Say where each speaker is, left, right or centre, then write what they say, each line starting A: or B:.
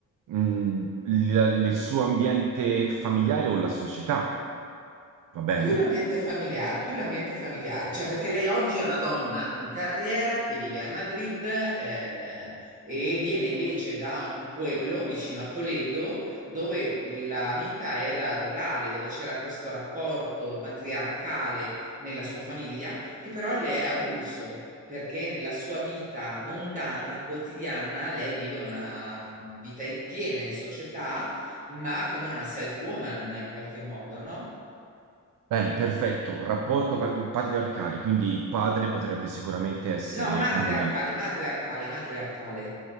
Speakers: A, on the right; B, on the right.
A: mh, la- il suo ambiente familiare o la società, va bene?
B: Più l'ambiente familiare, più l'ambiente familiare, cioè perché lei oggi è una donna in carriera che vive a Madrid eh, e viene invece da un pueblo vicino a Toledo dove la vita era rurale, dove c'era questo rapporto matriarcale nella sua famiglia, che però le è avulso perché nella sua vita mondana, quotidiana, lei vive una vita in- piena in società, ma come una self-woman in qualche modo, no?
A: Bene, perfetto. Rapporto pa- patriarcale, quindi il padre potrebbe sicuramente essere
B: No, matriarcale,
A: un
B: matriarcale, matriarcale.